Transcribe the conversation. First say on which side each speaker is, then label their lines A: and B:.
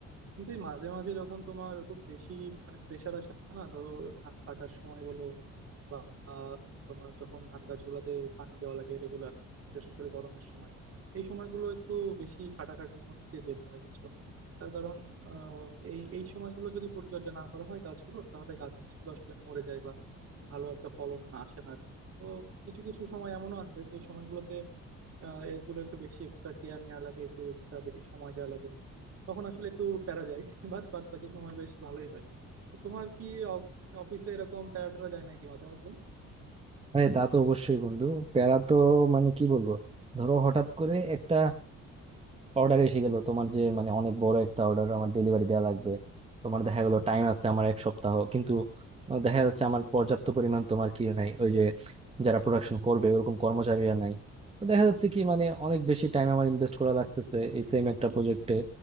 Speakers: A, on the right; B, on the right.
A: কিন্তু এই মাঝে মাঝে যখন তোমার খুব বেশি মানে প্রেশার আসে না ধরো ধান কাটার সময় বলো বা আহ, তোমার যখন ধান গাছগুলোতে পানি দেওয়া লাগে রেগুলার বিশেষ করে গরমের সময় এই সময়গুলো একটু বেশি খাটাখাটনির মধ্যে দিয়ে যেতে হয় বুঝছো তার কারণ আহ, এই এই সময়গুলো যদি পরিচর্যা না করা হয় গাছগুলোর তাহলে গাছগুলো আসলে মরে যায় বা ভালো একটা ফলন আসে না আর কি তো কিছু কিছু সময় এমনও আছে যে সময়গুলোতে আহ, এগুলো একটু বেশি এক্সট্রা কেয়ার নেওয়া লাগে একটু এক্সট্রা বেশি সময় দেওয়া লাগে তখন আসলে একটু প্যারা যায় বাদ বাদ বাকি সময় বেশ ভালোই হয় তো তোমার কি অ- অফিসে এরকম প্যারা ট্যারা যায় নাকি মাঝে মধ্যে
B: আরে তা তো অবশ্যই বন্ধু প্যারা তো মানে কি বলবো ধরো হঠাৎ করে একটা অর্ডার এসে গেল তোমার যে মানে অনেক বড় একটা অর্ডার আমার ডেলিভারি দেওয়া লাগবে তোমার দেখা গেলো টাইম আছে আমার এক সপ্তাহ কিন্তু দেখা যাচ্ছে আমার পর্যাপ্ত পরিমাণ তোমার কি নাই ওই যে যারা প্রোডাকশন করবে ওরকম কর্মচারীরা নাই তো দেখা যাচ্ছে কি মানে অনেক বেশি টাইম আমার ইনভেস্ট করা লাগতেছে এই সেম একটা প্রজেক্টে